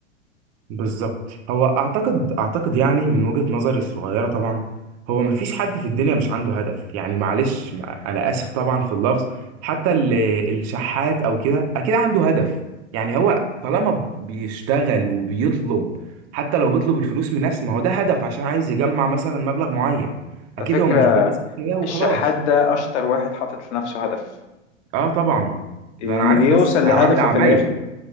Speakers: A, on the right; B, on the left.
A: بالظبط هو اعتقد اعتقد يعني من وجهة نظري الصغيرة طبعا هو مفيش حد في الدنيا مش عنده هدف يعني معلش ما- انا اسف طبعا في اللفظ حتى ال- الشحات او كده اكيد عنده هدف يعني هو طالما بيشتغل وبيطلب حتى لو بيطلب الفلوس من ناس ما هو ده هدف عشان عايز يجمع مثلا مبلغ معين اكيد
B: على فكرة
A: هو مش بينزل كده وخلاص
B: الشحات ده اشطر واحد حاطط لنفسه هدف
A: اه طبعا
B: لان
A: ده انا عارف
B: بيوصل
A: ناس عاملة
B: لهدفه
A: عمايل
B: في الاخر